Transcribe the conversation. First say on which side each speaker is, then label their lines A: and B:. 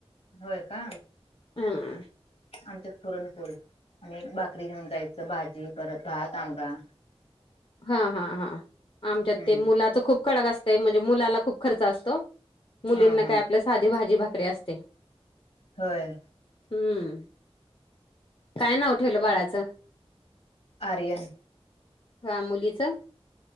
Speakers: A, on the left; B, on the left.
A: होय का.
B: हम्म
A: आमच्यात पुरणपोळी आणि भाकरी घेऊन जायचं भाजी परत भात आंबा
B: हा हा हा आमच्यात
A: हम्म
B: ते मुलाच खूप कडक असतंय, म्हणजे मुलाला खूप खर्च असतो. मुलींना
A: हा हा
B: काय आपल्या साधी भाजी भाकरी असते.
A: होय
B: हम्म काय नाव ठेवलं बाळाचं?
A: आर्यन.
B: हं मुलीचं?